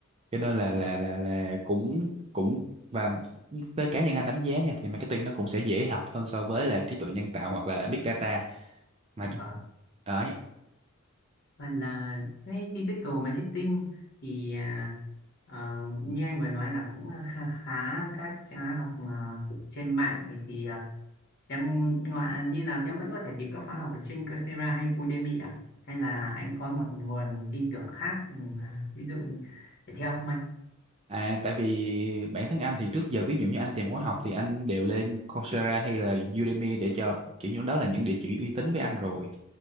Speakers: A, on the right (about 25°); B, on the left (about 50°).
A: cho nên là là là là cũng cũng và với cá nhân anh đánh giá nha thì marketing nó cũng sẽ dễ học hơn so với là trí tuệ nhân tạo hoặc là big data mà
B: dạ vâng
A: đấy
B: Và là cái digital marketing thì à, ờ, như anh vừa nói là cũng khá khá các khóa học à, trên mạng vậy thì à, em ngoài như là em vẫn có thể tìm các khóa học ở trên Coursera hay Udemy à hay là anh có một nguồn tin tưởng khác ừ, mà ví dụ để theo không anh
A: À, tại vì bản thân anh thì trước giờ ví dụ như anh tìm khóa học thì anh đều lên Coursera hay là Udemy để cho kiểu như đó là những địa chỉ uy tín với anh rồi.